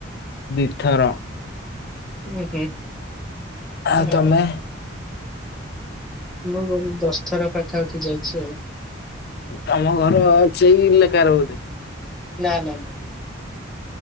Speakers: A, on the left; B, in the centre.
A: ଦି ଥର।
B: ଓହୋ
A: ଆଉ
B: ଭଲ।
A: ତମେ
B: ମୁଁ କରିବି ଦଶ ଥର ପାଖାପାଖି ଯାଇଛି ଆଉ
A: ତମ ଘରେ ଆଉ ସେଇ ଲେ କାର ବୋଧେ
B: ନା ନା ନା ନା।